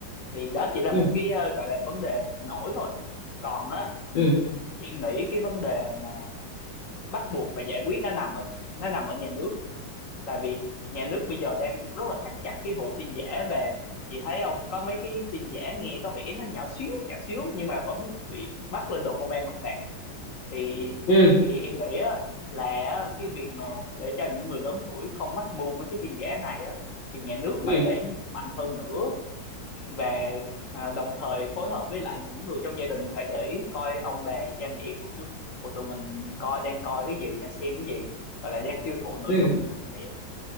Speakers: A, on the left; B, on the left.
A: thì đó chỉ là
B: ừ
A: một cái ờ, gọi là vấn đề nổi thôi còn á
B: ừ
A: em nghĩ cái vấn đề mà bắt buộc phải giải quyết nó nằm ở nó nằm ở nhà nước tại vì nhà nước bây giờ đang rất là thắt chặt cái vụ tin giả về chị thấy không có mấy cái tin giả nghe có vẻ nó nhỏ xíu nhỏ xíu nhưng mà vẫn bị bắt lên đồn công an và phạt thì
B: ừ
A: thì em nghĩ á là á, cái việc mà để cho những người lớn tuổi không mắc mưu mấy cái tin giả này á thì nhà nước
B: ừ
A: phải đẩy mạnh hơn nữa và à, đồng thời phối hợp với lại những người trong gia đình phải để ý coi ông bà cha mẹ của chú của tụi mình coi đang coi cái gì đang xem cái gì và lại đang tiêu thụ nội
B: ừ
A: dung gì hàng ngày á